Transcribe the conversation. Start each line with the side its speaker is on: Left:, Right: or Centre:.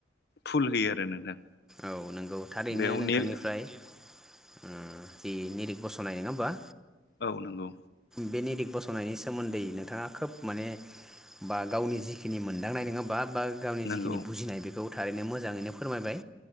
Left: फुल होयो आरो नोंथां।
Centre: औ नंगौ थारैनो
Left: बेयाव
Centre: नोंथांनिफ्राय।
Left: ने
Centre: ओ जि निरिक बसनाय नङा ओमबा?
Left: औ नंगौ।
Centre: बे निरिक बसनायनि सोमोन्दै नोंथाङा खोब माने बा गावनि जिखिनि मोन <unintelligible> बा गावनि
Left: नंगौ
Centre: जिखिनि बुजिनाय बे खौ थारैनो मोजाङैनो फोरमायबाय।